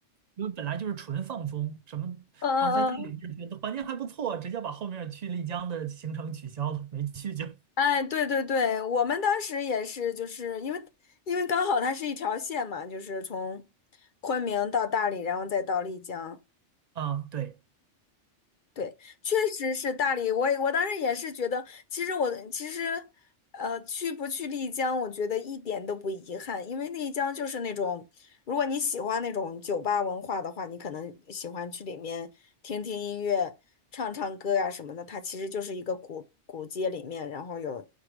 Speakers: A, on the right; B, on the left.
A: 因为本来就是纯放松什么，
B: 嗯嗯嗯，
A: 然后在大理那儿觉得环境还不错，直接把后面去丽江的行程取消了，没去就
B: 哎，对对对，我们当时也是，就是因为因为刚好它是一条线嘛，就是从昆明到大理，然后再到丽江。
A: 啊，对。
B: 对，确实是大理。我也我当时也是觉得，其实我其实，呃，去不去丽江，我觉得一点都不遗憾，因为丽江就是那种，如果你喜欢那种酒吧文化的话，你可能喜欢去里面听听音乐、唱唱歌呀、什么的。它其实就是一个古古街里面，然后有，